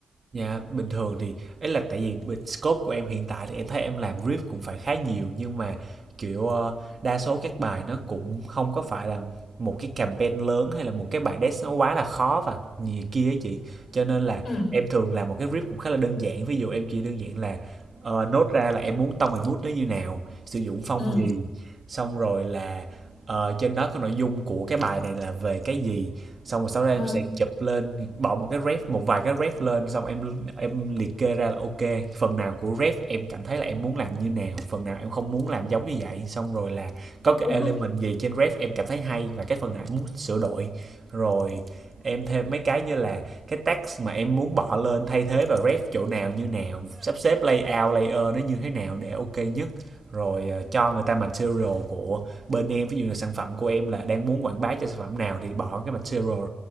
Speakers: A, on the right; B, on the left.
A: Dạ, bình thường thì ấy là tại vì bên scope của em hiện tại thì em thấy em làm riff cũng phải khá nhiều nhưng mà kiểu ờ, đa số các bài nó cũng không có phải là một cái campaign lớn hay là một cái bài desk nó quá là khó và nhiều kia ấy chị. Cho nên là
B: ừ
A: em thường làm một cái riff cũng khá là đơn giản. Ví dụ em chỉ đơn giản là ờ, nốt ra là em muốn tone and mood nó như nào, sử dụng phong
B: ừ
A: gì, xong rồi là ờ, trên đó có nội dung của cái bài này là về cái gì xong rồi sau đó em
B: ừ
A: sẽ chụp lên bỏ một cái ref một vài cái ref lên xong em em liệt kê ra là ok phần nào của ref em cảm thấy là em muốn làm như nào phần nào em không muốn làm giống như vậy xong rồi là có cái
B: đúng
A: element
B: đúng
A: gì trên ref em cảm thấy hay và cái phần nào em muốn sửa đổi rồi em thêm mấy cái như là cái text mà em muốn bỏ lên thay thế vào ref chỗ nào như nào sắp xếp layout layer nó như thế nào để ok nhất rồi uh, cho người ta material của bên em ví dụ là sản phẩm của em là đang muốn quảng bá cho sản phẩm nào thì bỏ cái material